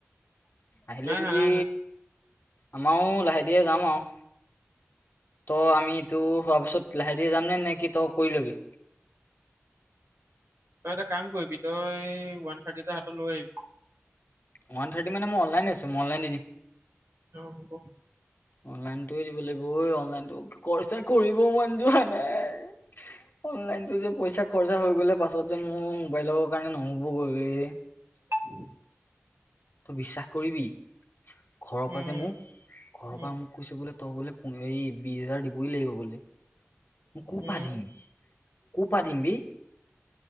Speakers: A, on the left (about 50°); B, on the right (about 70°).
A: আহিলে
B: নাই
A: যদি,
B: আহা নাই আহা
A: আমাৰো লাহে ধীৰে যাম আৰু। ত আমি এইটো হোৱাৰ পিছত লাহে ধীৰে যাম নে, নে কি তই কৰি লবি?
B: তই এটা কাম কৰিবি তই ওৱান থাৰ্টি এটা হাতত লৈ আহিবি।
A: ওৱান থাৰ্টি মানে মই অনলাইন আছে, মই অনলাইন দি দিম।
B: অ হ'ব।
A: অনলাইনটোয়ে দিব লাগিব ঐ অনলাইনটো, খৰচা কৰিব মন যোৱা নাই অনলাইনতো যে পইচা খৰচা হৈ গ'লে পাছত যে মোৰ মোবাইলৰ কাৰণে নহ'বগৈ ৰে
B: উ।
A: তই বিশ্বাস কৰিবি ঘৰৰ
B: উম
A: পৰা যে মোক, ঘৰৰ
B: উম
A: পৰা মোক কৈছে বোলে তই বোলে হেৰি বিশ হাজাৰ দিবই লাগিব বোলে। কৰ'
B: উম
A: পা দিম, কৰ পা দিম বে,